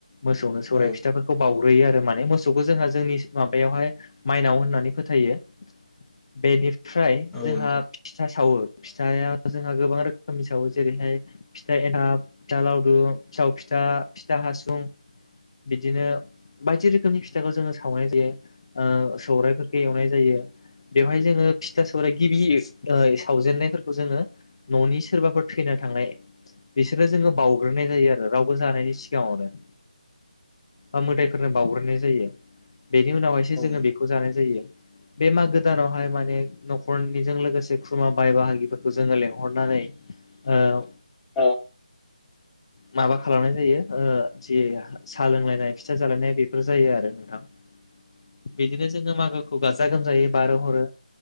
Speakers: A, on the left (about 45°); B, in the centre.
A: मोसौनो सौराय
B: औ
A: फिथाफोरखौ बाव ग्रोयो आरो माने मोसौखौ जोंहा जोंनि माबायावहाय माइनाव होननानै फोथायो । बेनिफ्राय
B: औ
A: जोंहा
B: नोंथां
A: फिथा सावो । फिथाया जोंहा गोबां रोखोमनि सावो जेरैहाय फिथा एनथाब, फिथा लावदुम, फिथाव फिथा, फिथा हासुं बिदिनो बायदि रोखोमनि फिथाखौ जोङो सावनाय जायो ओ सौरायफोरखौ एवनाय जायो । बेवहाय जोङो फिथा सौराइ गिबियै सावजेननायफोरखौ जोङो न'नि सोरबाफोर थैना थांनाय बिसोरनो जोङो बावउग्रोनाय जायो आरो रावबो जानायनि सिगाङावनो । ओ मोदायफोरनो बावग्रोनाय जायो । बेनि उनावहायसो
B: औ
A: जोङो
B: नोंथां
A: बेखौ जानाय जायो । बे मागो दानावहाय माने न'खरनिजों लोगोसे खुरमा बाय बाहागिफोरखौ जोङो लेंहरनानै ओ
B: औ
A: माबा खालामनाय जायो ओ जे साहा लोंलायनाय फिथा जालायनाय बेफोर जायो आरो नोंथां । बिदिनो जोङो मागोखौ गाजा गोमजायै बारहोह'रो